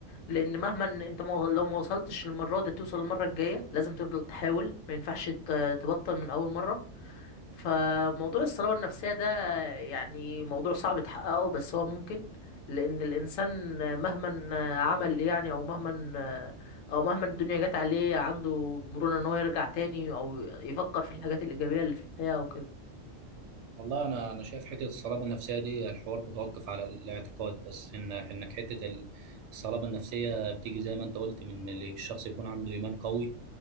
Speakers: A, on the left; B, on the right.
A: لان مهما إن انت ما- لو ما وصلتش المرة دي توصل المرة الجاية لازم تفضل تحاول ما ينفعش ت- تبطل من اول مرة فموضوع الصلابة النفسية ده يعني موضوع صعب تحققه بس هو ممكن لأن الإنسان مهما عمل يعني أو مهما أو مهما الدنيا جت عليه عنده مرونة إن هو يرجع تاني أو يفكر في الحاجات الإيجابية اللي في الحياة وكده
B: والله انا انا شايف حته الصلابه النفسيه دي الحوار متوقف على الاعتقاد بس ان انك حته ال- الصلابه النفسيه بتيجي زي ما انت قلت من اللي الشخص يكون عنده ايمان قوي